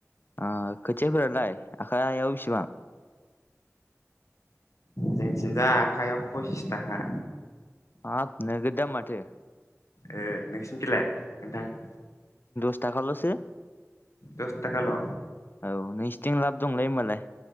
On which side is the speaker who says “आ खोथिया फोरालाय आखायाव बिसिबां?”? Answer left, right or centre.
Left